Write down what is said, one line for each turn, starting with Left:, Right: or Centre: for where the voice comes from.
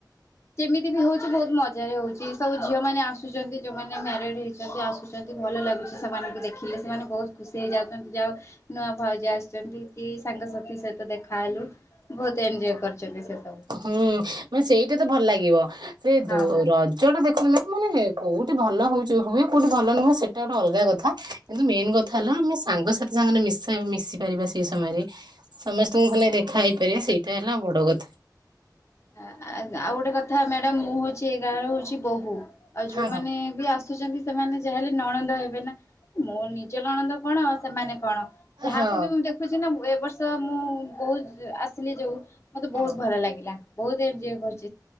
Left: ଯେମିତି ବି ହଉଚି ବହୁତ୍ ମଜାରେ ହଉଚି, ସବୁ ଝିଅମାନେ ଆସୁଚନ୍ତି ଯୋଉ ମାନେ ମ୍ୟାରିଡ଼୍ ହେଇଚନ୍ତି ଆସୁଛନ୍ତି ଭଲ ଲାଗୁଚି ସେମାନଙ୍କୁ ଦେଖିଲେ ସେମାନେ ବହୁତ୍ ଖୁସି ହେଇଯାଉଚନ୍ତି, ଯାହଉ ନୂଆ ଭାଉଜ ଆସିଚନ୍ତି କି ସାଙ୍ଗସାଥି ସହିତ ଦେଖା ହେଲୁ ବହୁତ୍ ଏନ୍ଜୟ କରିୁଚନ୍ତି ସେସବୁ।
Right: ହୁଁ ମାନେ ସେଇଟା ତ ଭଲ ଲାଗିବ, ସେ
Left: ହଁ
Right: ଦୋ-ର
Left: ଆଜ୍ଞା
Right: ଜ ଟା ଦେଖନୁ ମାନେ କୋଉଠି ଭଲ ହଉଚି ହୁଏ କୋଉଠି ଭଲ ନୁହଁ ସେଇଟା ଗୋଟେ ଅଲଗା କଥା। କିନ୍ତୁ ମେନ୍ କଥା ହେଲା ଆମେ ସାଙ୍ଗସାଥି ସାଙ୍ଗରେ ମିଶ ମିଶି ପାରିବା ସେଇ ସମୟରେ, ସମେସ୍
Left: ଆଜ୍ଞା
Right: ତୁଙ୍କୁ ଖାଲି ଦେଖା ହେଇପାରିବା ସେଇଟା ହେଲା ବଡ଼ କଥା।
Left: ଆ-ଆ ଆଉ ଗୋଟେ କଥା ମ୍ୟାଡ଼ାମ୍ ମୁଁ ହଉଚି ଏ ଗାଁରେ ହଉଚି ବୋହୂ। ଆଉ ଯୋଉମାନେ
Right: ହଁ
Left: ବି ଆସୁଚନ୍ତି, ସେମାନେ ଯାେହେଲେ ନଣନ୍ଦ ହେବେ ନା, ମୋ ନିଜ ନଣନ୍ଦ କଣ ଆଉ ସେମାନେ କଣ ଯାହାକୁ
Right: ହଁ
Left: ବି ମୁଁ ଦେ ଖୁଚି ନା ଏ ବର୍ଷ ମୁଁ ବୋହୂ ଆସିଲି ଯୋଉ ମତେ
Right: ହଁ।
Left: ବହୁତ୍ ଭଲ ଲାଗିଲା। ବହୁତ୍ ଏଞ୍ଜୟ୍ କରିଚି।